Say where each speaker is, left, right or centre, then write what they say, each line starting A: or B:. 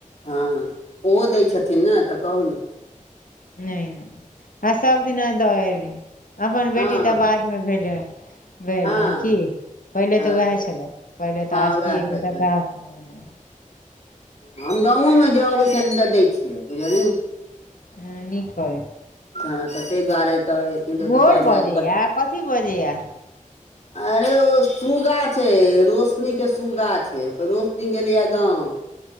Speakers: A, on the left; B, on the left.
A: हँ ओहो दै छथिन ने तऽ कहू न।
B: नैय- नैय आ सब दिना दऽ एयली अपन
A: हँ
B: बेटी तऽ बादमे भेज भेल
A: हँ
B: की पहिले
A: हँ
B: तऽ वएह छलै पहिले
A: हँ
B: तऽ आस्तिये
A: उएह छथिन
B: के सबटा हँ।
A: हम गाँव में जे अबै छ तऽ दै छियै बुझलू।
B: हूँ नीक करै।
A: हँ तऽ ताहि दुआरे तऽ एथिन तऽ दू
B: मोर
A: चारि दिना
B: बजेै
A: तऽ
B: ये कथि बजेै या।
A: अरे ओ सुगा छै रोशनी के सुगा छै त रोशनी गेलइए गाँंव।